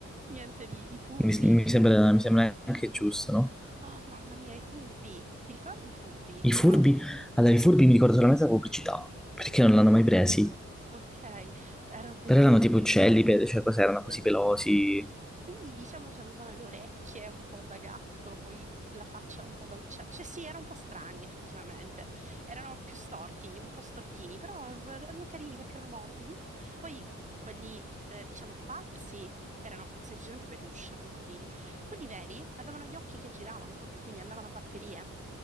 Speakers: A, on the right; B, in the centre.
A: niente di... I furbi.
B: mi, mi sembra, mi sembra anche giusto, no?
A: Oh, mamma mia, i furbi. Ti ricordi i furbi?
B: I furbi,
A: Erano...
B: allora i
A: i-
B: furbi mi ricordo solamente la pubblicità, perché non
A: Ok,
B: l'hanno mai presi,
A: Ok, erano bellissimi.
B: però erano tipo uccelli, pe- cioè cos'erano erano
A: Eh,
B: così pelosi.
A: Sì, diciamo che avevano le orecchie un po' da gatto, poi la faccia un po' da uccello. Cioè sì, erano un po' strani effettivamente. Erano più storti, un po' stortini, però eh, erano carini perché erano morbidi. Poi quelli, eh, diciamo, falsi erano semplicemente peluche, piccolini. Quelli veri avevano gli occhi che giravano proprio, quindi andavano a batterie.